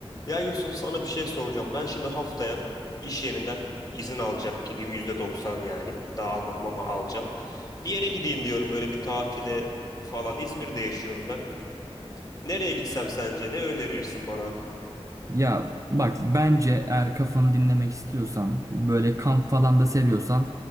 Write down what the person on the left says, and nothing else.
Ya Yusuf sana bir şey soracağım. Ben şimdi haftaya iş yerinden izin alacak gibiyim. %90 yani. Daha almadım ama alacağım. Bir yere gideyim diyorum böyle bir tatile falan. İzmir'de yaşıyorum ben. Nereye gitsem sence? Ne önerirsin bana?